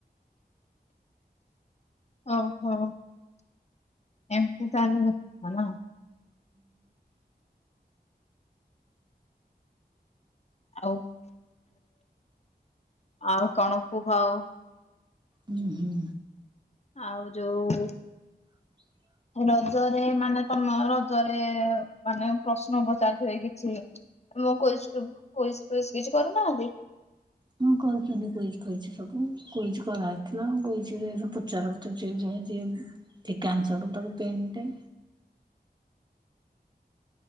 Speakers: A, on the left; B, on the right.
A: ଓହୋ ଏମିତି ତାହାଲେ କଥା ନା ଆଉ ଆଉ କଣ କୁହ ଆଉ?
B: ହୁଁ ହୁଁ।
A: ଆଉ ଯୋଉ
B: <unintelligible>
A: ରଜରେ ମାନେ ତମ ରଜରେ ମାନେ ପ୍ରଶ୍ନ ପଚାରିଥିବେ କିଛି? ତମ କୁଇଜି ଫୁଇଜି କିଛି କରୁନାହାନ୍ତି।
B: ହଁ କରୁଛନ୍ତି କୁଇଜ ଫୁଇଜି ସବୁ କୁଇଜ କରାହେଇଥିଲା କୁଇଜିରେ ସବୁ ପଚାର ଯେଉଁ ଯାକେ ଠିକ ଆସଂର ଦବ ତାକୁ ପେନ୍ ଟେ